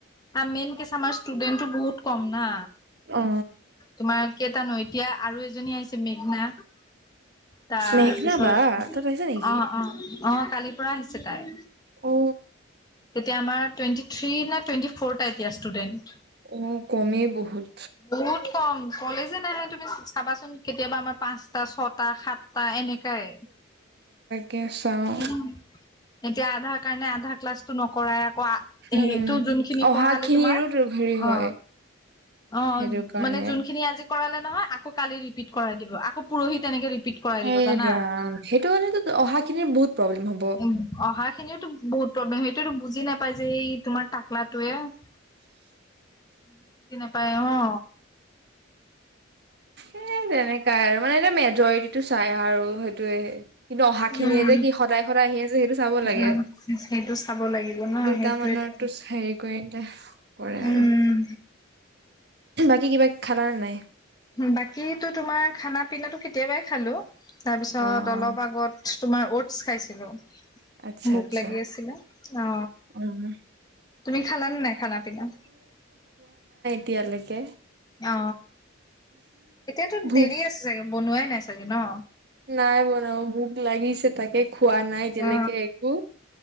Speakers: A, on the left; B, on the right.
A: আৰু মেইন কেছ আমাৰ ষ্টুডেন্তটটো বহুত কম না।
B: অ
A: তোমাৰ কেইটা নৈ এতিয়া আৰু এজনী আহিছে মেঘনা তাৰপিছত
B: মেঘনা বা তত আহিছা নেকি
A: অ অ। অ কালিৰ পৰা আহিছে তাই।
B: অ
A: এতিয়া আমাৰ টুৱেণ্টি থ্ৰী নাই টুৱেণ্টি ফৰ টা এতিয়া ষ্টুডেন্ট
B: অ কমেই বহুত
A: বহুত কম। কলেজে নাহে তুমি চাবাচোন কেতিয়াবা আমাৰ পাঁচটা চত সাতটা সাতটা এনেকাই।
B: কেছাওঁ
A: উম, এতিয়া আধাৰ কাৰণে আধা ক্লাছটো নকৰাই কোৱা সেইটো
B: উম
A: যোনখিনি
B: অহা
A: পঢ়ালে
B: খিনিৰো
A: তোমাৰ
B: তোৰ হেৰি হয়
A: অ। অ,
B: সেইটো কাৰণে
A: মানে যোনখিনি আজি কৰালে নহয়। কালি ৰিপিট কৰাই দিব আকৌ পৰহি তেনেকে ৰিপিট কৰাই দিব
B: এ
A: জানা।
B: ৰাম সেইটো হলে টো অহা খিনিৰ বহুত প্ৰব্লেম হ'ব
A: উম, অহা খিনিটো বহুত প্ৰব্লেম সটো বুজি নাপাই যে এই তোমাৰ তাকলাটোয়ে বুজি নাপায় অ,
B: এ তেনেকাই আৰু। মানে এটা মেজৰিটিটো চাই আৰু সেই স কিন্তু অহা খিনিয়ে
A: উম
B: যে কি সদায় - সদায় আহি আছে সেইটো চাব
A: উম
B: লাগে
A: সেইটো চাব লাগিব ন
B: দুটা
A: সেইটোৱেতো
B: মানৰো হেৰি কৰি এ কৰে
A: উম
B: আৰু বাকী কিবা খালানে নাই?
A: বাকী টো তোমাৰ খানা পিনাটো কেতিয়াবাই খালো। তাৰপিছত
B: অ অ
A: অলপ আগত তুমাৰ অডছ। চাইছিলো।
B: আচ্ছা
A: ভোক
B: আচ্ছা
A: লাগি আছিলে। অ,
B: উম
A: তুমি খালানে নাই খানা পিনা?
B: তিয়ালৈকে
A: অ, অতিয়াটো
B: ভোক
A: দেৰি আছে বনোৱাই নাই। চাগে ন?
B: নাই বনোৱা ভোক লাগিছে তাকে খোৱা নাই এতিয়ালেকে
A: অ
B: একো।